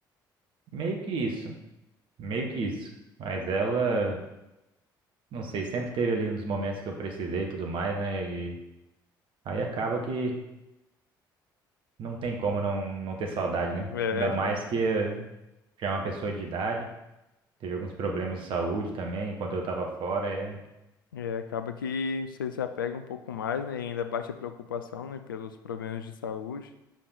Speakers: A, on the right; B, on the left.
A: Meio que isso, meio que isso. Mas ela, não sei, sempre teve ali nos momentos que eu precisei e tudo mais, né? E aí acaba que não tem como não, não ter saudade, né?
B: É,
A: Ainda
B: acaba.
A: mais que eh, já é uma pessoa de idade, teve alguns problemas de saúde também, enquanto eu tava fora, é
B: É, acaba que você se apega um pouco mais, né? E ainda bate a preocupação, né? Pelos problemas de saúde.